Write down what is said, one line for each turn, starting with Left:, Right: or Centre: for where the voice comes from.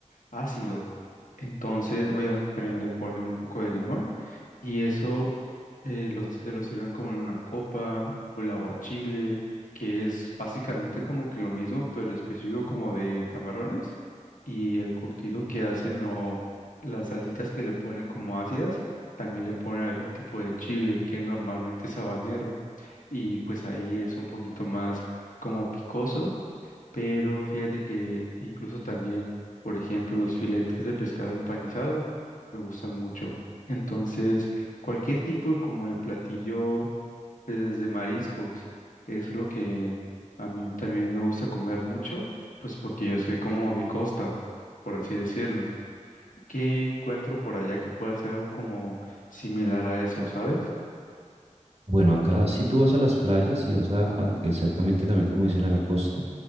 Left: ácido. Entonces, obviamente también le ponen un poco de limón. Y eso eh, los- se lo sirven como en una copa o el aguachile, que es básicamente como que lo mismo, pero específico como de camarones. Y el curtido que hacen o las salsitas que le ponen como ácidas, también le ponen algún tipo de chile que normalmente es habanero. Y pues ahí es un poquito más como picoso pero fíjate que incluso también, por ejemplo, los filetes de pescado empanizado me gustan mucho. Entonces, cualquier tipo de, como de platillo, pues de mariscos, es lo que a mí también me gusta comer mucho, pues porque yo soy como de costa, por así decirlo. ¿Qué encuentro por allá que pueda hacer algo como similar a eso, sabes?
Right: Bueno, acá si tú vas a las playas, si vas a, a- exactamente también como dicen a la costa,